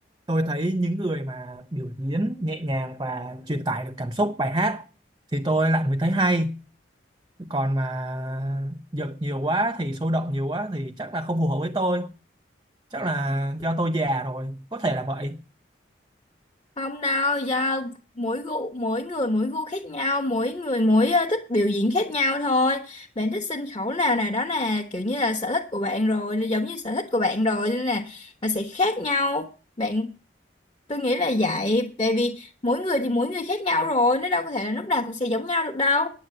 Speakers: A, on the right; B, on the left.
A: tôi thấy những người mà biểu diễn nhẹ nhàng và truyền tải được cảm xúc bài hát thì tôi lại mới thấy hay còn mà giật nhiều quá thì sôi động nhiều quá thì chắc là không phù hợp với tôi chắc là do tôi già rồi có thể là vậy
B: Không đâu, do mỗi gu mỗi người mỗi gu khác nhau, mỗi người mỗi ờ, thích biểu diễn khác nhau thôi. Bạn thích sân khấu nào nào đó là kiểu như là sở thích của bạn rồi, giống như sở thích của bạn rồi nên là nó sẽ khác nhau. Bạn tôi nghĩ là vậy, tại vì mỗi người thì mỗi người khác nhau rồi, nó đâu có thể là lúc nào cũng sẽ giống nhau được đâu.